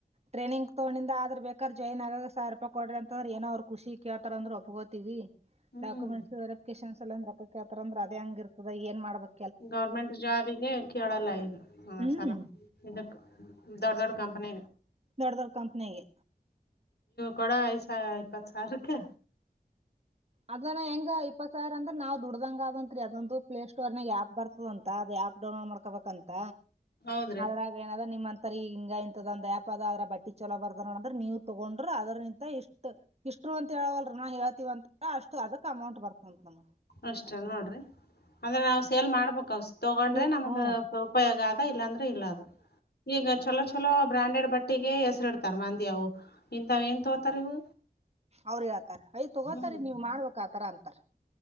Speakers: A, on the right (about 40°); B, on the left (about 80°).
A: ಟ್ರೇನಿಂಗ್ ತಗೊಂಡಿಂದ ಅದ್ರ ಬೇಕ್ರ ಜಾಯಿನ್ ಆಗ ಸಿ ರೂಪಾಯ ಕೊಡ್ರ ಅಂತಂದ್ರ ಏನೋ್ ಖಷಿ ಕೇಳ್ತಾರ ಅಂದ್ರೆ ಒಪ್ಗೋತೀವಿ
B: ಹ್ಮ್
A: ಡಾಕ್ಯುಮೆಂಟ್ಸ್ ವೆರಿಫಿಕೇಶನ್ಸ್ ಸೆಲೆಂಡ್ ಅಂದ್ರ ಅದೇ ಹಂಗ ಇರ್ತದ ಏ ಮಾಡ್ಬೇಕು
B: ಗೌರ್ಮೆಂಟ್ ಜಾಬಿಗೆ ಕೇಳಲ್ಲ ಈಗ
A: ಹ್ಮ್
B: ಸಲ ಇದಕ್ ದೊಡ್ ದೊಡ್ಡ ಕಂಪ <inaudible>
A: ದೊಡದರ್ ಕಂಪ್ನಿಗೆ
B: ಕೊಡ ಐದು ಸಾವಿ ಇ ಪ್ಪತ್ತು ಸಾವಿಕ್ಕೆ
A: ಅದನ ಹೆಂಗ ಇಪ್ಪತ್ ಸಾವಿರ ಅ ನಾವು ದುಡ್ದಂಗ ಅತ್ರಿ ಅದೊಂದು ಪ್ಲೇ ಸೋರ್ ನಾಗ ಆ್ಯಪ್ ಬರ್ತದ ಅಂತ ಅದ ಆ್ಯಪ್ ಡೌ ಮಾಡ್ಕೋಬೇಕಂತ
B: ಹೌದ್ರಿ
A: ಅದ್ರಾಗ ಏನಾರ ನಿಮ್ಮಂತ ರಿ ಈ ಹಿಂಗ ಇಂತದಂದ ದ್ಯಾಪ್ ಅದ ಅದ್ರ ಬಟ್ಟಿ ಚಲೋ ಬರ್ದ ಅಂದ್ರ ನೀವು ತಗೊಂಡ್ರರು ಅದ್ರನಂತ ಇಷ್ಟ ಇಷ್ಟು ಅಂತ ಹೇಳವಲ್ ನಾ ಹೇಳ್ತೀವಂತ ಅಷ್ಟು ಅದಕ್ ಅಮೌಂಟ್ ಬರ್ತಂಂತ ನಮ್ಮ
B: ಅಷ್ಟ ನೋಡ್ರಿ ಅಂದ್ರೆ ನಾವವು ಸೇಲ್ ಮಾಡ್ಬೇಕಕ್ ಅವಸ ತಗೊಂಡ್ರೆ
A: ನೀವ್
B: ನಮ್ಗ
A: ಹ್ಮ್
B: ಉಪಯೋಗ ಆ ಇಲ್ಲ ಇಲ್ಲ ಅದು ಈಗ ಚಲೋ ಚಲ ಚಲೋ ಬ್ರಾಂಡೆಡ್ ಬಟ್ಟಿಗೆ ಹೆಸರಿ ಇಡ್ತಾರ ಮಂದಿ ಅವು ಇಂತಥವ ಏನ್ ತೋತಾರ ಇವು
A: ಅವ್ರ ಹಳ್ತಾರ ಅಯ್ ತಗೋತಾರ
B: ಹ್ಮ್
A: ನೀವ್ ಮಾಡ್ಬೇಕಕ್ ಆತರ ಅಂತಾರ